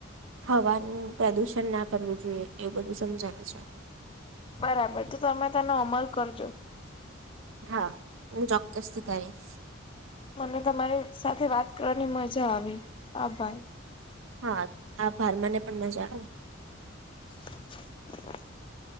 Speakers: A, on the right (about 75°); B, on the left (about 25°).
A: હવાનું પ્રદુષણ ના કરવું જોઈએ એવું બધું સમજાય છે
B: બરાબર તો તમે તેનો અમલ કરજો
A: હા હું ચોક્કસથી કરીશ
B: મને તમારી સાથે વાત કરવાની મજા આવી આભાર
A: હા આભાર મને પણ મજા આવી.
B: <inaudible>